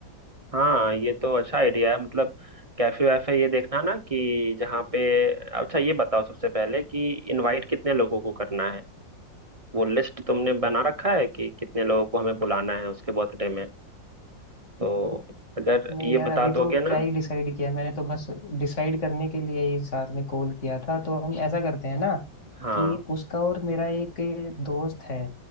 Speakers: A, on the right; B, on the left.
A: हाँ ये तो अच्छा आइडिया है मतलब कैफे वैफे ये देखना ना कि जहाँ पे अच्छा ये बताओ सबसे पहले कि इनवाइट कितने लोगों को करना है वो लिस्ट तुमने बना रखा है कि कितने लोगों को हमें बुलाना है उसके बर्थडे में तो अगर
B: नहीं
A: ये
B: यार
A: बता
B: अभी तो
A: दोगे
B: क्या
A: ना
B: ही डिसाइड किया मैंने तो बस डिसाइड करने के लिए ही साथ में कॉल किया था तो हम ऐसा करते हैं ना
A: हाँ
B: कि उसका और मेरा एक दोस्त है